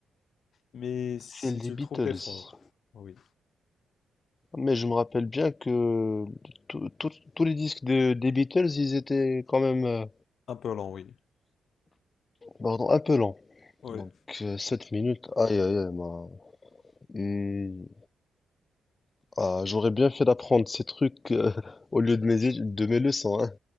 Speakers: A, on the left; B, on the left.
A: mais si
B: C'est les
A: tu le
B: Beatles.
A: trouves, t'es fort. Oui,
B: Mais je me rappelle bien que tout- tout- tous les disques de, des Beatles, ils étaient quand même euh,
A: un peu long, oui.
B: pardon, un peu lents.
A: Oui,
B: Donc 7 minutes, aïe aïe aïe, ma- Hmm. Ah, j'aurais bien fait d'apprendre ces trucs euh, <laughs> au lieu de mes, études- de mes leçons. hein.